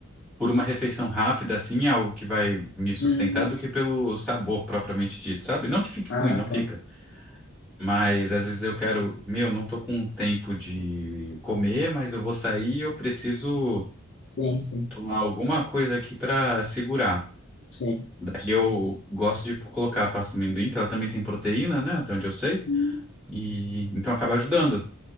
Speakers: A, in the centre; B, on the left.
A: por uma refeição rápida, assim, é algo que vai me sustentar
B: Hum,
A: do que pelo sabor propriamente dito, sabe? Não que fique
B: ah,
A: ruim, não fica.
B: tá.
A: Mas às vezes eu quero, meu, não tô com tempo de comer, mas eu vou sair e eu preciso
B: Sim, sim,
A: tomar alguma coisa aqui pra segurar.
B: sim.
A: Daí eu gosto de colocar a pasta de amendoim, que ela também tem proteína, né? Até onde eu sei.
B: Uhum.
A: E então acaba ajudando.